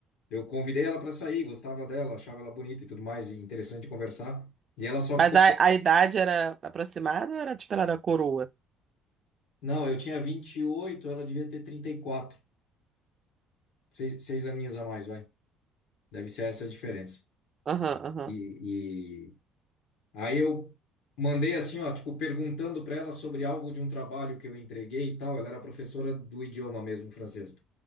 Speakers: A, on the left; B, on the right.
A: Eu convidei ela para sair, gostava dela, achava ela bonita e tudo mais, e interessante conversar. E ela só
B: Mas
A: ficou.
B: a, a idade era aproximada ou era tipo, ela era coroa?
A: Não, eu tinha 28, ela devia ter 34. Seis, seis aninhos a mais, vai. Deve ser essa a diferença.
B: Aham, aham.
A: E, e aí eu mandei assim, ó, tipo, perguntando para ela sobre algo de um trabalho que eu entreguei e tal. Ela era professora do idioma mesmo, francês.